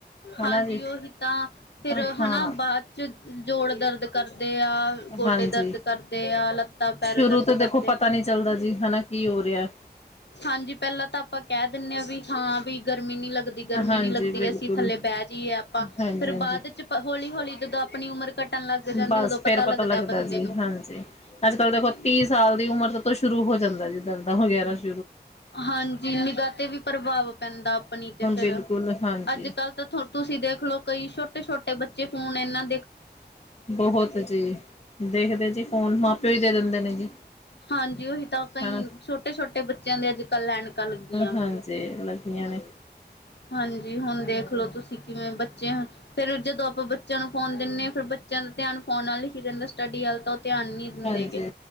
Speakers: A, on the left; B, on the left.
A: ਹਾਂਜੀ
B: ਹਨਾ ਜੀ
A: ਉਹੀ ਤਾਂ ਫੇਰ
B: ਹਾਂ
A: ਹੈਣਾ ਬਾਦ ਚ ਜੋੜ ਦਰਦ ਕਰਦੇ ਆ ਗੋਡੇ
B: ਹਾਂਜੀ
A: ਦਰਦ ਕਰਦੇ ਆ ਲੱ ਪੈਰ
B: ਸ਼ੁਰੂ
A: ਦਰਦ
B: ਤੋਂ ਦੇਖੋ
A: ਕਰਤੇ
B: ਪਤਾ ਨੀ ਚੱਲਦਾ ਜੀ ਹਨਾ ਕੀ ਹੋ ਰਿਹਾ
A: ਹਾਂਜੀ ਪਹਿਲਾਂ ਤਾਂ ਆਪਾਂ ਕਹਿ ਦਿਨੇ ਆ ਵੀ ਹਾਂ ਵੀ ਗਰਮੀ ਨੀ ਲੱਗਦੀ ਗਰਮੀ
B: ਹਾਂਜੀ
A: ਨੀ ਲੱਗਦੀ
B: ਬਿਲਕੁਲ
A: ਅਸੀਂ ਥੱਲੇ ਬਹਿ ਜਾਈਏ ਆਪਾਂ
B: ਹਾਂਜੀ
A: ਫੇਰ ਬਾਦ
B: ਹਾਂਜੀ
A: ਚ ਹੌਲੀ -ਹੌਲੀ ਜਦੋਂ ਆਪਣੀ ਕਟਣ ਲੱਗ ਜਾਂਦੀ
B: ਬਸ
A: ਉਦੋਂ
B: ਫੇਰ ਪਤਾ ਲੱਗਦਾ
A: ਬੰਦੇ
B: ਜੀ
A: ਨੂੰ
B: ਹਾਂਜੀ ਅੱਜ ਕੱਲ ਦੇਖੋ ਤੀਹ ਸਾਲ ਦੀ ਉਮਰ ਤੋਂ ਸ਼ੁਰੂ ਹੋ ਜਾਂਦਾ ਜੀ ਦਰਦ <unintelligible>
A: ਹਾਂਜੀ ਨਿਗਾਹ ਤੇ ਵੀ ਪ੍ਰਭਾਵ ਪੈਂਦਾ ਆਪਣੀ ਤੇ ਫੇਰ
B: ਬਿਲਕੁਲ ਹਾਂਜੀ
A: ਅੱਜ ਕੱਲ ਤਾਂ ਤੁਸੀਂ ਦੇਖਲੋ ਕਈ ਛੋਟੇ -ਛੋਟੇ ਬੱਚੇ ਫੋਨ ਇਹਨਾਂ
B: ਬਹੁਤ ਜੀ ਦੇਖਦੇ ਜੀ ਫੋਨ ਮਾ ਪਿਓ ਹੀ ਦੇ ਦਿੰਦੇ ਨੇ ਜੀ
A: ਹਾਂਜੀ ਉਹੀ ਤਾਂ ਕਈ
B: ਹਨਾ
A: ਛੋਟੇ- ਛੋਟੇ ਬੱਚਿਆਂ ਦੇ ਅੱਜ ਕੱਲ ਐਣਕਾ ਲੱਗੀਆਂ
B: ਹਾਂਜੀ
A: ਵੀ ਹੈ।
B: ਲੱਗੀਆਂ ਨੇ
A: ਹਾਂਜੀ ਹੁਣ ਦੇਖਲੋ ਤੁਸੀਂ ਕਿਵੇਂ ਬੱਚੇ ਹਨ ਫਿਰ ਜਦੋਂ ਆਪਾਂ ਬੱਚਿਆਂ ਨੂੰ ਫੋਨ ਦਿੰਦੇ ਹਾਂ ਫਿਰ ਬੱਚਿਆਂ ਦਾ ਧਿਆਨ ਫੋਨ ਨਾਲ ਹੀ ਰਹਿੰਦਾ। ਸਟੱਡੀ ਵੱਲ ਤਾਂ ਉਹ ਧਿਆਨ ਨਹੀਂ ਦਿੰਦੇ
B: ਹਾਂਜੀ
A: ਗੇ।